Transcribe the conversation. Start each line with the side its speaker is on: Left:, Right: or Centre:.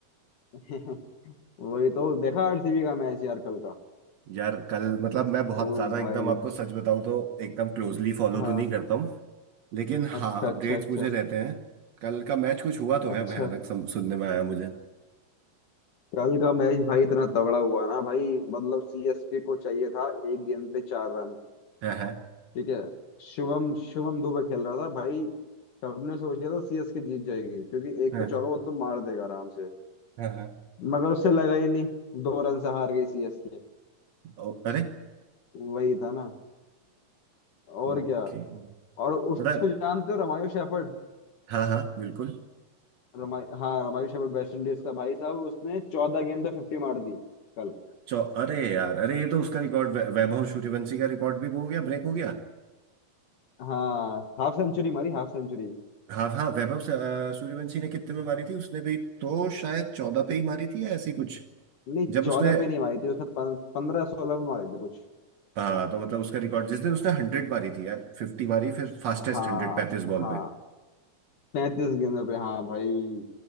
Left: <laughs> वही तो देखा आरसीबी का मैच यार कल का
Right: यार कल मतलब मैं बहुत
Left: ओ
Right: ज्यादा
Left: भाई
Right: एकदम आपको सच बताऊं तो एकदम क्लोजली फॉलो
Left: हाँ
Right: तो नहीं करता हूँ लेकिन हाँ
Left: अच्छा अच्छा
Right: अपडेट्स
Left: अच्छा
Right: मुझे रहते हैं कल का मैच कुछ हुआ तो है
Left: अच्छा
Right: भयानक सम- सुनने में आया मुझे
Left: कल का मैच भाई इतना तगड़ा हुआ ना भाई मतलब सीएसके को चाहिए था एक गेंद पे चार रन
Right: है है
Left: ठीक है शुभम शुभम दुबे खेल रहा था भाई सबने सोच लिया था सीएसके जीत जाएगी क्योंकि एक
Right: है
Left: पे चौका वो तो मार देगा आराम से
Right: है है।
Left: मगर उससे लगा ही नहीं दो रन से हार गई सीएसके
Right: ओ, अरे
Left: वही था ना और
Right: ओके
Left: क्या और उसको
Right: बता
Left: जानते हो रमायो शेफर्ड
Right: हाँ हाँ बिल्कुल
Left: रमाई हाँ रमायो शेफर्ड वेस्ट इंडीज का भाई साहब उसने चौदह गेंद पे फिफ्टी मार दी कल
Right: चौ अरे यार अरे ये तो उसका रिकॉर्ड वै- वैभव सूर्यवंशी का रिकॉर्ड भी वो हो गया ब्रेक हो गया
Left: हाँ हाफ सेंचुरी मारी हाफ सेंचुरी
Right: हाँ हाँ वैभव स- अ, सूर्यवंशी ने कितने में मारी थी उसने भी तो शायद चौदह पे ही मारी थी या ऐसी कुछ
Left: नहीं
Right: जब
Left: चौदह
Right: उसने
Left: पे नहीं मारी थी उसने पंद्रह सोलह पे मारी थी कुछ
Right: हाँ तो मतलब उसका रिकॉर्ड जिस दिन उसने हंड्रेड मारी थी यार फिफ्टी मारी फिर फास्टेस्ट
Left: हाँ
Right: हंड्रेड पैंतीस बॉल
Left: हाँ
Right: पे
Left: पैंतीस गेंदों पे हाँ भाई